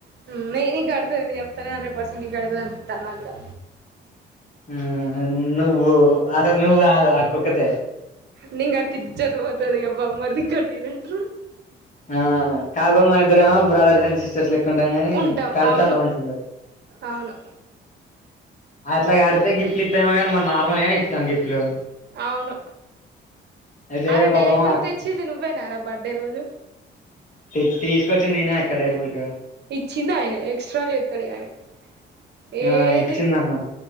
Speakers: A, on the right (about 60°); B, on the left (about 40°).
A: హ్మ్ మేరి కడతది నీన్ చెప్తా హండ్రెడ్ పర్సెంట్ నీకు కడతది అనిపితాంది నాకూడా
B: హ్మ్ నువ్వు అసల్ నువ్వు కాదు అక్క ఒక్కటే
A: నేన్ కడితే ఇజ్జత్ పోతాది ఇగ బామ్మర్ది కట్టిరు అంట్రూ
B: ఆ కా <unintelligible> మన ఇద్దరేమో బ్రదర్స్ అండ్ సిస్టర్స్ లెక్కుంటాం గానీ
A: ఉంటాం
B: కడ్తే
A: అవును
B: అట్లా మంచిగ ఉండదు
A: అవును
B: అట్లా కడితే గిఫ్ట్లు ఇత్త ఏమో కానీ మనం నార్మల్గానే ఇస్తాం గిఫ్ట్లు
A: అవును
B: అయితే
A: అరే
B: పాపం
A: డైరీ మిల్క్
B: అక్
A: తెచ్చిది నువ్వేనారా బర్త్డే రోజు
B: తీ తిసుకొచ్చింది నేనే అక్క డైరీమిల్క్
A: ఇచ్చింది ఆయనె ఎక్స్ట్రాాలు చేతాడు ఇగ ఆయన గానీ ఏది
B: ఆ ఇచ్చిందన్న